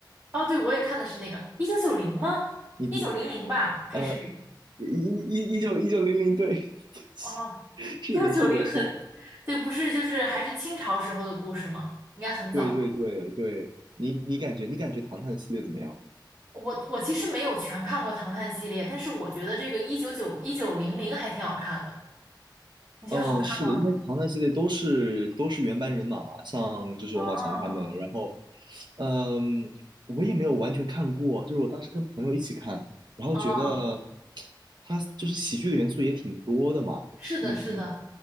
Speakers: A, on the right; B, on the right.
A: 哦，对，我也看的是那个一九九零吗？
B: 你觉
A: 一九零零吧，还是
B: 呃一一一九一九零零对，<laughs>
A: 哦，
B: 是的，
A: 一九九零很，
B: 是的，是的，
A: 对，不是，就是还是清朝时候的故事吗？应该很早。
B: 对对对对，你你感觉你感觉唐探系列怎么样？
A: 我我其实没有全看过《唐探》系列，但是我觉得这个一九九一九零零还挺好看的，你觉得好看吗？
B: 嗯、是的，因为唐探系列都是都是原班人马嘛，像就是王宝强他们，
A: 哦
B: 然后嗯，我也没有完全看过，就是我当时跟朋友一起看，然后觉得
A: 哦，
B: 他就是喜剧的元素也挺多的嘛，
A: 是的，
B: 嗯，
A: 是的，